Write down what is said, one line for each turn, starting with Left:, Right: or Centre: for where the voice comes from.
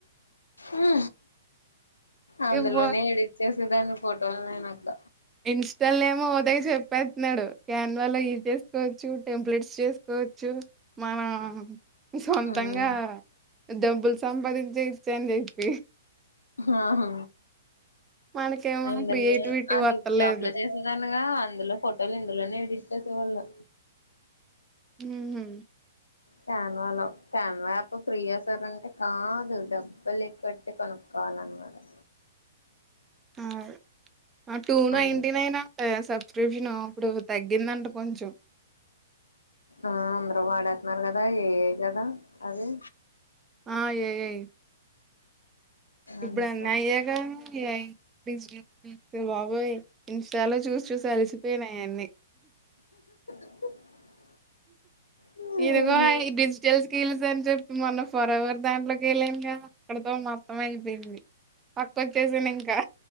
Left: ఊ అందులోనే
Right: ఇవ్వో
Left: ఏడిచ్చే దిగను ఫోటో నేను అట్ల
Right: ఇన్స్టా లోనేమో ఒకటే చెప్పేత్తున్నాడు క్యాన్ వా లో యూజ్ చేసుకోవచ్చు టెంప్లెట్స్ చేసుకోవచ్చు మమా సొంతంగా
Left: హ్మ్.
Right: డబ్బులు సంపాదించే ఇచ్చా అని చెప్పి
Left: ఓహో
Right: మనకేమో
Left: అంతలే
Right: క్రియేటివిటీ
Left: ఆ
Right: వత్తలేదు.
Left: గిఫ్ట్ షాప్ లో చేసే గా గా అందులో ఫోటోలు ఇందులోనే ఎడిట్ చేస వాళ్ళు
Right: ఉహు
Left: క్యాన్వాలో క్యాన్వా ఎప్ ఫ్రీ ఎసారంటే కాదు డబ్బులె కట్టి కొనుక్కొ వాలన్నాడు
Right: ఆ! ఆ టూ నైంటి
Left: ఉంటాయి.
Right: నైన్ ఎసా సుబ్స్చ్రిప్షన్ అప్పుడు తగ్గిందంట కొంచెం
Left: ఆ అందరు వాడేతున్నారు కదా ఏఐ కదా అది
Right: ఆ ఏఐ ఇప్పుడు
Left: అందుకే
Right: అన్ని ఆయేగా ఏఐ డిజి లిప్ లు అయ్యా బాబోయ్ ఇంస్టాలో చూసి చూసి అలిసిపోయినా అయన్ని
Left: <unintelligible> హ్మ్.
Right: ఇదిగో ఈ డిజిటల్ స్కిల్స్ అని చెప్పి మొన్న ఫర్ ఎవర్ దాంట్లోకి వెళ్ళానుక అక్కడతో మొత్తం అయిపోయింది పక్కక్ వచ్చేసాను ఇంకా